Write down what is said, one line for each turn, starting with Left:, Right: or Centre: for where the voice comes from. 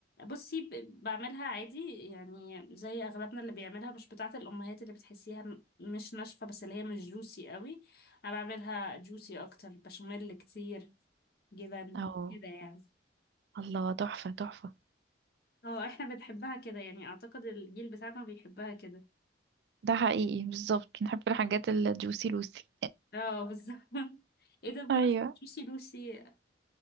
Left: بصي ب- بعملها عادي يعني زي اغلبنا اللي بيعملها مش بتاعة الامهات اللي بتحسيها م- مش ناشفة بس اللي هي مش جوسي قوي انا بعملها جوسي اكتر بشاميل كتير جبن
Right: اه
Left: كده يعني
Right: الله تحفة تحفة
Left: اه احنا بنحبها كده يعني اعتقد الجيل بتاعنا بيحبها كده
Right: ده حقيقي بالظبط نحب الحاجات الجوسي لوسي
Left: اه بالظبط <laughs> ايه ده بمناسبة
Right: ايوه
Left: جوسي لوسي آه،